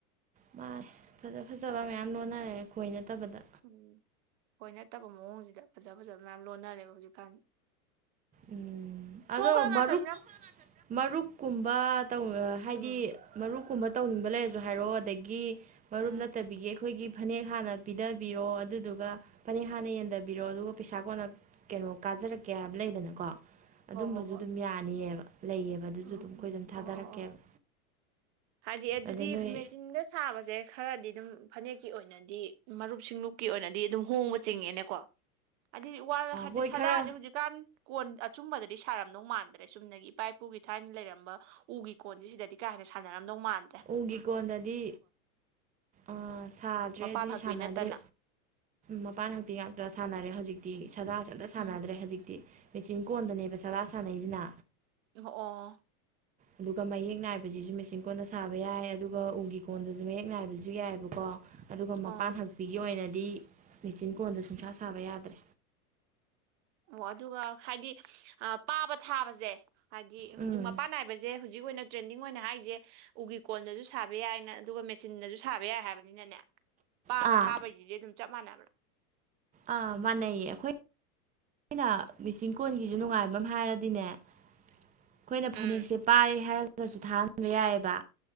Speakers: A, on the right; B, on the right.
A: ꯃꯥꯟꯅꯦ ꯐꯖ ꯐꯖꯕ ꯃꯌꯥꯝ ꯂꯣꯟꯅꯔꯦ ꯈꯣꯏ ꯅꯠꯇꯕꯗ
B: ꯎꯨ ꯈꯣꯏ ꯅꯠꯇꯕ ꯃꯑꯣꯡꯁꯤꯗ ꯐꯖ ꯐꯖꯕ ꯃꯌꯥꯝ ꯂꯣꯟꯅꯔꯦꯕ ꯍꯧꯖꯤꯛꯀꯥꯟ
A: ꯎꯨꯝ ꯑꯗꯣ
B: ꯈꯔ ꯉꯥꯁꯟꯕꯤꯔꯝꯃꯨ
A: ꯃꯔꯨꯞ ꯃꯔꯨꯞꯀꯨꯝꯕ ꯇꯧ ꯍꯥꯏꯗꯤ
B: ꯎꯝ
A: ꯃꯔꯨꯞ ꯀꯨꯝꯕ ꯇꯧꯅꯤꯡꯕ ꯂꯩꯔꯁꯨ ꯍꯥꯏꯔꯛꯑꯣ ꯑꯗꯒꯤ ꯃꯔꯨꯝ
B: ꯎꯝ
A: ꯅꯠꯇꯕꯤꯒꯤ ꯑꯩꯈꯣꯏꯒꯤ ꯐꯅꯦꯛ ꯍꯥꯟꯅ ꯄꯤꯗꯕꯤꯔꯣ ꯑꯗꯨꯗꯨꯒ ꯐꯅꯦꯛ ꯍꯥꯟꯅ ꯌꯦꯟꯗꯕꯤꯔꯣ ꯑꯗꯨꯒ ꯄꯩꯁꯥ ꯀꯣꯟꯅ ꯀꯩꯅꯣ ꯀꯥꯖꯔꯛꯀꯦ ꯍꯥꯏꯕ ꯂꯩꯗꯅꯀꯣ ꯑꯗꯨꯝꯕꯁꯨ
B: ꯍꯣꯏ ꯍꯣꯏ ꯍꯣꯏ
A: ꯑꯗꯨꯝ ꯌꯥꯅꯤꯑꯦꯕ ꯂꯩꯌꯦꯕ ꯑꯗꯨꯁꯨ
B: ꯎꯝ
A: ꯑꯗꯨꯝ ꯑꯩꯈꯣꯏ
B: ꯎꯝ
A: ꯑꯗꯨꯝ
B: ꯑꯣ
A: ꯊꯥꯗꯔꯛꯀꯦꯕ
B: ꯑꯣ ꯑꯣ ꯍꯥꯏꯗꯤ ꯑꯗꯨꯗꯤ
A: ꯑꯗꯣ ꯅꯣꯏ
B: ꯃꯦꯆꯤꯟꯒ ꯁꯥꯕꯁꯦ ꯈꯔꯗꯤ ꯑꯗꯨꯝ ꯐꯅꯦꯛꯀꯤ ꯑꯣꯏꯅꯗꯤ ꯃꯔꯨꯞ ꯁꯤꯡꯂꯨꯞꯀꯤ ꯑꯣꯏꯅꯗꯤ ꯑꯗꯨꯝ ꯍꯣꯡꯕ ꯆꯤꯡꯉꯦꯅꯦꯀꯣ ꯍꯥꯏꯗꯤ ꯋꯥ ꯍꯥꯏꯗꯤ
A: ꯍꯣꯏ
B: ꯁꯗꯥꯁꯦ
A: ꯈꯔ
B: ꯍꯧꯖꯤꯛ ꯀꯥꯟ ꯀꯣꯟ ꯑꯆꯨꯝꯕꯗꯗꯤ ꯁꯥꯔꯝꯗꯧ ꯃꯥꯟꯗ꯭ꯔꯦ ꯆꯨꯝꯅꯒꯤ ꯏꯄꯥ ꯏꯄꯨꯒꯤ ꯊꯥꯏꯅ ꯂꯩꯔꯝꯕ ꯎꯒꯤ ꯀꯣꯟꯁꯤ ꯁꯤꯗꯗꯤ ꯀꯥ ꯍꯦꯟꯅ ꯁꯥꯟꯅꯔꯝꯗꯧ ꯃꯥꯟ
A: ꯎꯒꯤ ꯀꯣꯟꯗꯗꯤ ꯑꯥ ꯁꯥꯗ꯭ꯔꯦ
B: ꯃꯄꯥꯜ
A: ꯑꯗꯨꯗꯤ
B: ꯍꯛꯄꯤ
A: ꯁꯥꯟꯅꯗ꯭ꯔꯦ
B: ꯅꯠꯇꯅ
A: ꯃꯄꯥꯟ ꯍꯛꯄꯤ ꯉꯥꯛꯇ ꯁꯥꯟꯅꯔꯦ ꯍꯧꯖꯤꯛꯇꯤ ꯁꯥꯗꯥꯁꯦ ꯑꯝꯇ ꯁꯥꯟꯅꯗ꯭ꯔꯦ
B: ꯎꯝ
A: ꯍꯧꯖꯤꯛꯇꯤ ꯃꯦꯆꯤꯟ ꯀꯣꯟꯗꯅꯦꯕ ꯁꯗꯥ ꯁꯥꯟꯅꯩꯁꯤꯅ
B: ꯑꯣ
A: ꯑꯗꯨꯒ ꯃꯌꯦꯛ ꯅꯥꯏꯕꯁꯤꯁꯨ ꯃꯦꯆꯤꯟ ꯀꯣꯟꯗ ꯁꯥꯕ ꯌꯥꯏ ꯑꯗꯨꯒ ꯎꯒꯤ ꯀꯣꯟꯗꯁꯨ ꯃꯌꯦꯛ ꯅꯥꯏꯕꯁꯨ ꯌꯥꯏꯑꯦꯕꯀꯣ ꯑꯗꯨꯒ ꯃꯄꯥꯟ
B: ꯑꯣ
A: ꯍꯛꯄꯤꯒꯤ ꯑꯣꯏꯅꯗꯤ ꯃꯦꯆꯤꯟ ꯀꯣꯟꯗ ꯁꯨꯡꯁꯥ ꯁꯥꯕ ꯌꯥꯗ꯭ꯔꯦ
B: ꯑꯣ ꯑꯗꯨꯒ ꯍꯥꯏꯗꯤ ꯄꯥꯕ ꯊꯥꯕꯁꯦ ꯍꯥꯏꯗꯤ
A: ꯎꯝ
B: ꯍꯧꯖꯤꯛ ꯃꯄꯥꯟ ꯅꯥꯏꯕꯁꯦ ꯁꯦ ꯍꯧꯖꯤꯛ ꯑꯣꯏꯅ ꯇ꯭ꯔꯦꯟꯗꯤꯡ ꯑꯣꯏꯅ ꯍꯥꯏꯁꯦ ꯎꯒꯤ ꯀꯣꯟꯗꯁꯨ ꯁꯥꯕ ꯌꯥꯏꯅ ꯑꯗꯨꯒ ꯃꯦꯆꯤꯟꯗꯁꯨ ꯁꯥꯕ ꯌꯥꯏ ꯍꯥꯏꯕꯅꯤꯅꯅꯦ ꯄꯥꯕ
A: ꯑꯥ
B: ꯊꯥꯕꯩꯁꯤꯗꯤ ꯑꯗꯨꯝ ꯆꯞ ꯃꯥꯟꯅꯕ꯭ꯔꯥ
A: ꯑꯥ ꯃꯥꯟꯅꯩꯌꯦ ꯑꯈꯣꯏ ꯑꯩꯈꯣꯏꯅ ꯃꯤꯆꯤꯟ ꯀꯣꯟꯒꯤꯁꯨ ꯅꯨꯡꯉꯥꯏꯕ ꯑꯃ ꯍꯥꯏꯔꯗꯤꯅꯦ ꯑꯩꯈꯣꯏꯅ
B: ꯎꯝ
A: ꯐꯅꯦꯛ ꯁꯦꯠ ꯄꯥꯔꯦ ꯍꯥꯏꯔꯒꯁꯨ ꯊꯥꯍꯟꯕ ꯌꯥꯏꯑꯦꯕ